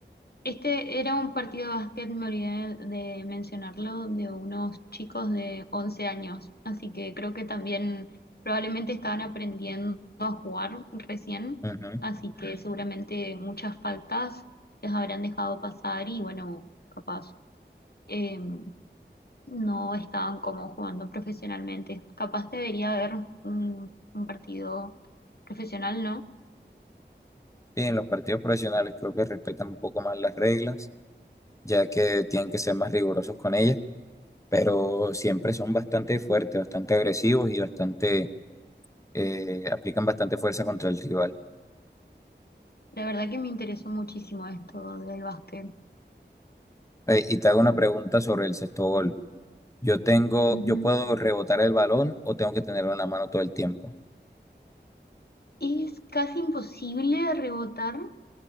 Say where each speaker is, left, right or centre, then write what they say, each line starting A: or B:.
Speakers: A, on the left; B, on the left.
A: Este era un partido de básquet, me olvidé de mencionarlo, de unos chicos de 11 años, así que creo que también probablemente estaban aprendiendo a jugar recién,
B: Ujú.
A: así que seguramente muchas faltas les habrán dejado pasar y bueno, capaz eh, no estaban como jugando profesionalmente. Capaz debería haber un, un partido profesional, ¿no?
B: Y en los partidos profesionales creo que respetan un poco más las reglas, ya que tienen que ser más rigurosos con ellas, pero siempre son bastante fuertes, bastante agresivos y bastante, eh, aplican bastante fuerza contra el rival.
A: La verdad que me interesó muchísimo esto del básquet.
B: Eh, y te hago una pregunta sobre el sexto gol. Yo tengo,
A: Ujú.
B: yo puedo rebotar el balón o tengo que tenerlo en la mano todo el tiempo.
A: Es casi imposible rebotar